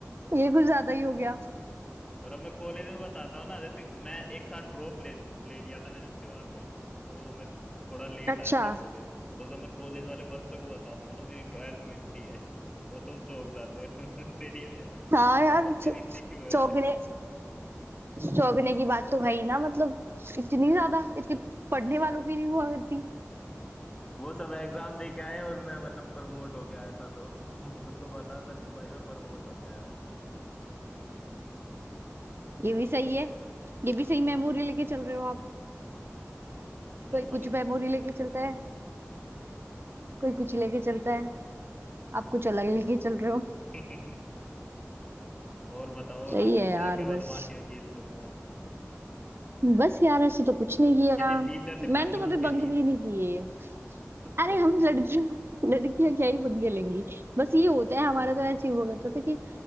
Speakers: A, on the right; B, on the left.
A: ये कुछ ज्यादा ही हो गया
B: और अब मैं कॉलेज में बताता हूँ ना जैसे मैं एक साल ड्रॉप ले ले लिया था मैंने उसके बाद में तो मैं थोड़ा लेट
A: अच्छा
B: आया था कॉलेज में तो जब मैं कॉलेज वाले बच्चों को बताता हूँ ना मेरी ट्वेल्थ में इतनी है वो सब चौंक जाते हैं <laughs> तेरी
A: हाँ
B: वो बोलते
A: यार
B: हैं,
A: चौ-
B: तेरी इतनी क्यों है
A: चौंकने चौंकने की बात तो है ही ना मतलब इतनी ज्यादा इतनी पढ़ने वालों की नहीं हुआ करती
B: वो सब एग्जाम दे के आए और मैं मतलब प्रमोट होके आया था तो <laughs> उनको बताता नहीं हूँ भाई मैं प्रमोट होके आया हूँ
A: ये भी सही है ये भी सही मेमोरी लेके चल रहे हो
B: मेमोरीज
A: कोई कुछ मेमोरी
B: तो बहुत
A: लेके
B: है स्कूल
A: चलता है कोई कुछ लेके चलता है आप कुछ अलग लेके चल रहे हो
B: की <laughs> और बताओ
A: सही
B: और आपने
A: है
B: क्या
A: यार
B: क्या
A: बस
B: बदमाशियां की स्कूल में
A: बस यार ऐसे तो कुछ नहीं किया
B: किसी टीचर से
A: मैंने
B: पंगे
A: तो
B: वंगे
A: कभी बंक
B: लिए
A: भी नहीं किए है
B: अच्छा
A: अरे हम लड़कियां लड़कियां क्या ही पंगे लेंगी बस ये होता है हमारा तो ऐसे ही हुआ करता था कि